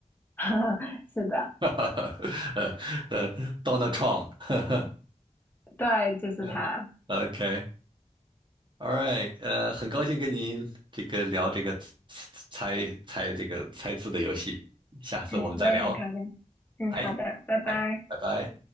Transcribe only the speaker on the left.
<laughs> 是的，
对，就是他。
嗯，我也很高兴。嗯，
好的，拜拜。